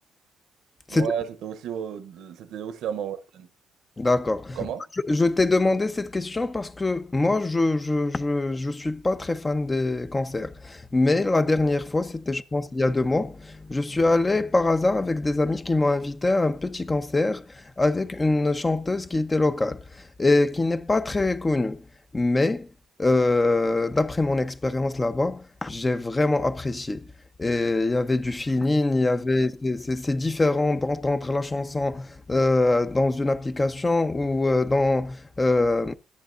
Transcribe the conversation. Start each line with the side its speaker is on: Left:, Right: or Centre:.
Left: c'est-
Right: Ouais, c'était aussi au- c'était aussi à Manhattan.
Left: D'accord.
Right: Comment?
Left: Je, je t'ai demandé cette question parce que moi, je, je, je, je suis pas très fan des concerts. Mais la dernière fois, c'était, je pense, il y a deux mois, je suis allé par hasard avec des amis qui m'ont invité à un petit concert avec une chanteuse qui était locale et qui n'est pas très connue. Mais euh, d'après mon expérience là-bas, j'ai vraiment apprécié. Et il y avait du feeling, il y avait,
Right: Yeah.
Left: c'est c'est- c'est différent d'entendre la chanson euh, dans une application ou euh, dans euh,